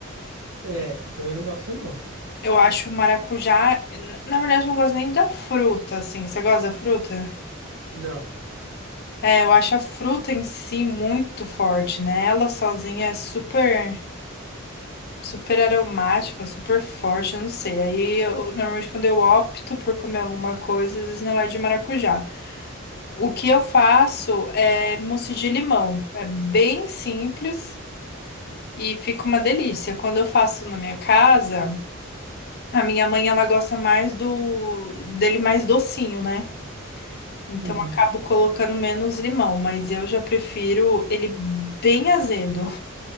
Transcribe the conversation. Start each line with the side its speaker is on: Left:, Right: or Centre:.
Right: É, eu também não gosto, não.
Left: Eu acho o maracujá. Na verdade, eu não gosto nem da fruta, assim. Você gosta da fruta?
Right: Não.
Left: É, eu acho a fruta em si muito forte, né? Ela sozinha é super. super aromática, super forte, eu não sei. Aí, eu, normalmente, quando eu opto por comer alguma coisa, às vezes não é de maracujá. O que eu faço é mousse de limão. É bem simples e fica uma delícia. Quando eu faço na minha casa, a minha mãe, ela gosta mais do dele mais docinho, né? Então,
Right: Uhum.
Left: eu acabo colocando menos limão, mas eu já prefiro ele bem azedo.